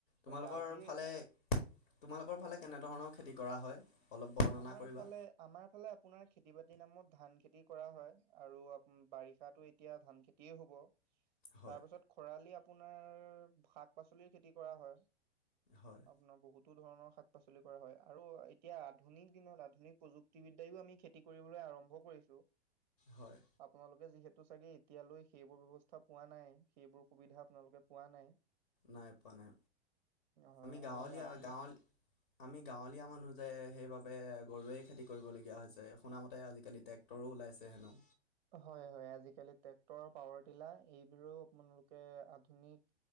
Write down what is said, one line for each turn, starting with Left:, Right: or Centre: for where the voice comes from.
Right: হয়
Left: তোমালোকৰ
Right: আজিৰ
Left: ফালে তোমালোকৰ ফালে কেনেধৰণৰ খেতি কৰা হয়? অলপ বৰ্ণনা
Right: আমাৰ
Left: কৰিবা
Right: ফালে আমাৰ ফালে আপোনাৰ খেতি বাতিৰ নামত ধান খেতি কৰা হয় আৰু আপ বাৰিষা এতিয়া ধান খেতিয়ে হ'ব।
Left: হয়
Right: তাৰপিছত খৰালি আপোনাৰ শাক পাচলিৰ খেতি কৰা হয়।
Left: হয়
Right: আপোনাৰ বহুতো ধৰণৰ শাক-পাচলি কৰা হয় আৰু এতিয়া আধুনিক দিনত আধুনিক প্ৰযুক্তিবিদ্যাও আমি খেতি কৰিবলৈ আৰম্ভ কৰিছো।
Left: হয়
Right: আপোনালোকে যিহেতু চাগে এতিয়ালৈ সেইবোৰ ব্যৱস্থা পোৱা নাই? সেইবোৰ সুবিধা আপোনালোকে পোৱা নাই?
Left: নাই পোৱা নাই
Right: হয়
Left: আমি গাঁৱলীয়া
Right: আধুনিক
Left: গাঁৱল আমি গাঁৱলীয়া মানুহ যে সেই, বাবে গৰুৱে খেতি কৰিব লগীয়া হৈছে শুনা মতে আজিকালি ট্ৰেক্টৰো ওলাইছে হেনো?
Right: হয় হয় আজিকালি ট্ৰেক্টৰ পাৱাৰ টিলাৰ এইবিলৰেও আপোনালোকে আধুনিক